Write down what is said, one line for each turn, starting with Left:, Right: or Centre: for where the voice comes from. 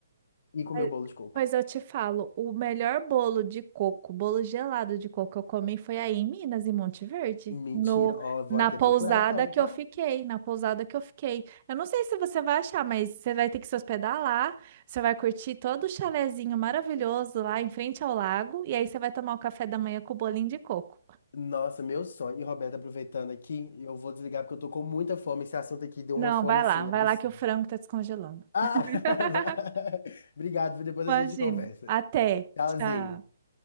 Left: ir comer
Right: Mas
Left: o bolo de coco.
Right: mas eu te falo, o melhor bolo de coco, bolo gelado de coco que eu comi foi aí em Minas, em Monte Verde,
Left: Mentira.
Right: no,
Left: Ó, vou
Right: na
Left: até
Right: pousada
Left: procurar então,
Right: que
Left: tá?
Right: eu fiquei, na pousada que eu fiquei. Eu não sei se você vai achar, mas você vai ter que se hospedar lá, você vai curtir todo o chalezinho maravilhoso lá em frente ao lago, e aí você vai tomar o café da manhã com o bolinho de coco.
Left: Nossa, meu sonho. E Roberta, aproveitando aqui, eu vou desligar porque eu tô com muita fome. Esse assunto aqui deu
Right: Não,
Left: uma fome
Right: vai
Left: assim,
Right: lá, vai
Left: absurda.
Right: lá que o frango tá descongelando.
Left: Ah,
Right: <laughs>
Left: <laughs> vai. obrigado. Depois
Right: Imagina.
Left: a gente conversa.
Right: Até.
Left: Tchauzinho.
Right: Tchau.